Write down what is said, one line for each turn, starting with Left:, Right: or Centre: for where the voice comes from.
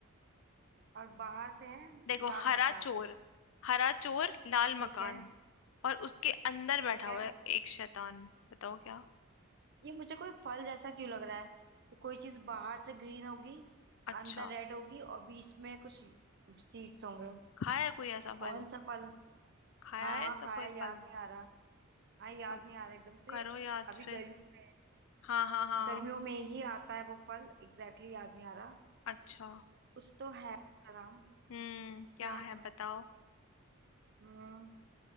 Right: और बाहर से है
Left: देखो
Right: लाल
Left: हरा
Right: मकान
Left: चोर हरा चोर लाल मकान
Right: ठीक है
Left: और उसके अंदर बैठा
Right: ठीक
Left: हुआ
Right: है
Left: है एक शैतान बताओ क्या
Right: ये मुझे कोई फल जैसा क्यों लग रहा है कि कोई चीज बाहर से ग्रीन होगी
Left: अच्छा
Right: अंदर रेड होगी और बीच में कुछ सीड्स होंगे
Left: खाया है कोई ऐसा
Right: कौन
Left: फल
Right: सा फल
Left: खाया
Right: हाँ
Left: है
Right: हाँ
Left: ऐसा
Right: खाया
Left: कोई
Right: याद
Left: फल
Right: नहीं आ रहा हाँ याद
Left: तो
Right: नहीं आ रहा एकदम से
Left: करो याद
Right: अभी
Left: फिर
Right: गर्मियों में
Left: हाँ हाँ हाँ
Right: गर्मियों में ही आता है वो फल एग्जैक्टली exactly याद नहीं आ रहा
Left: अच्छा
Right: कुछ तो है उसका नाम
Left: हम्म क्या
Right: क्या
Left: है
Right: है
Left: बताओ
Right: हम्म,